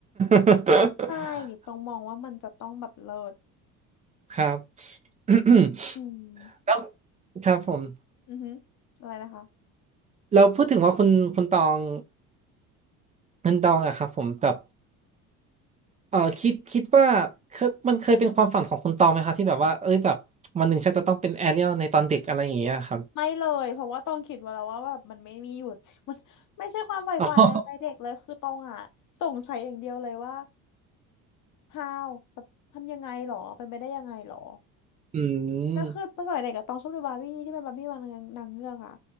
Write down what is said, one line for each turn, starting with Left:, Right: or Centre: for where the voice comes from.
Right: <laughs>
Left: ใช่ต้องมองว่ามันจะต้องแบบเลิศ
Right: ครับ <coughs>
Left: อืม
Right: แล้วครับผม
Left: อือฮึอะไรนะคะ
Right: เราพูดถึงว่าคุณคุณตองคุณตองอะครับผมแบบเออคิดคิดว่าเคยมันเคยเป็นความฝันของคุณตองไหมครับที่แบบว่าเอ้ยแบบวันหนึ่งฉันจะต้องเป็นแอเรียลในตอนเด็กอะไรอย่างเงี้ยครับ
Left: ไม่เลยเพราะว่าต้องคิดไว้แล้วว่าแบบมันไม่มีหยุด <laughs> มันไม่ใช่ความใฝ่ฝันในวัยเด็กเลยคือต้องอ่ะสงสัยอย่างเดียวเลยว่า
Right: <laughs> อ๋อ
Left: how แบบทำยังไงหรอเป็นไปได้ยังไงหรอ
Right: อื
Left: แล้วคือตอนสมัยเด็กอะต้องชอบดูบาร์บี้ที่เป็นบาร์บี้นางนางเงือกอะ
Right: ม